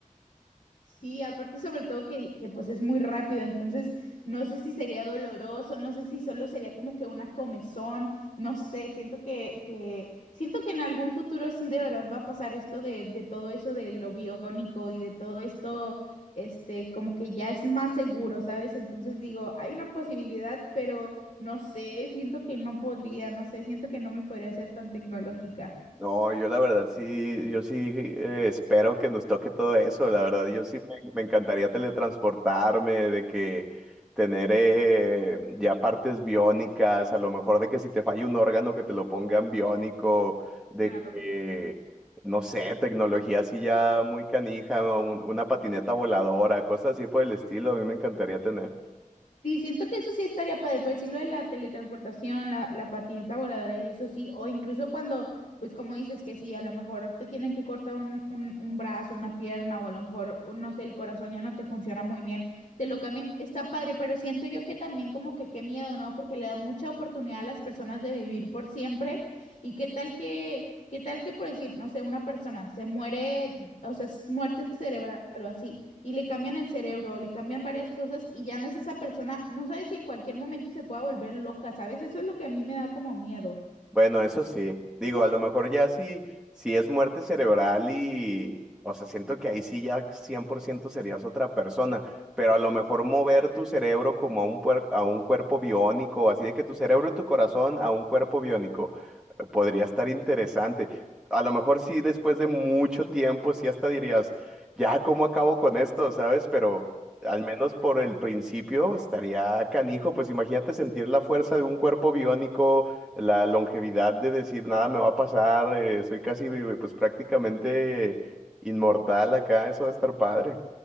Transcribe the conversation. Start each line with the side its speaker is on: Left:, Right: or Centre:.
Left: Sí, aparte sobre todo que, que pues es muy rápido, entonces no sé si sería doloroso, no sé si solo sería como que una comezón, no sé, siento que, que siento que en algún futuro sí de verdad va a pasar esto de, de todo eso de lo biónico y de todo esto, este, como que ya es más seguro, ¿sabes? Entonces digo, hay una posibilidad, pero no sé, siento que no podría, no sé, siento que no me podría ser tan tecnológica.
Centre: No, yo la verdad sí, yo sí eh, espero que nos toque todo eso. La verdad, yo sí me, me encantaría teletransportarme, de que tener eh, ya partes biónicas, a lo mejor de que si te falla un órgano que te lo pongan biónico, de
Left: Claro.
Centre: que, no sé, tecnología así ya muy canija, ¿no? un- una patineta voladora, cosas así por el estilo, a mí me encantaría tener.
Left: Sí, siento que eso sí estaría padre, pues sí, lo de la teletransportación, la, la patineta voladora y eso sí, o incluso cuando, pues como dices que sí, a lo mejor te tienen que cortar un, un, un brazo, una pierna, o a lo mejor, un- no sé, el corazón ya no te funciona muy bien, te lo cambian, está padre, pero siento yo que también como que qué miedo, ¿no? Porque le da mucha oportunidad a las personas de vivir por siempre, y qué tal que, qué tal que por decir, no sé, una persona se muere, o sea, es muerte cerebral o así y le cambian el cerebro, le cambian varias cosas y ya no es esa persona, no sabes si en cualquier momento se pueda volver loca, ¿sabes? Eso es lo que a mí me da como miedo.
Centre: Bueno, eso sí. Digo, a lo mejor ya sí, si es muerte cerebral y, o sea, siento que ahí sí ya 100% serías otra persona, pero a lo mejor mover tu cerebro como a un, puer- a un cuerpo biónico, así de que tu cerebro y tu corazón a un cuerpo biónico, eh, podría estar interesante. A lo mejor sí, después de mucho tiempo, sí hasta dirías, ya, ¿cómo acabo con esto? ¿Sabes? Pero... Al menos por el principio estaría canijo, pues imagínate sentir la fuerza de un cuerpo biónico, la longevidad de decir nada me va a pasar, eh, soy casi vi- pues prácticamente inmortal acá, eso de estar padre.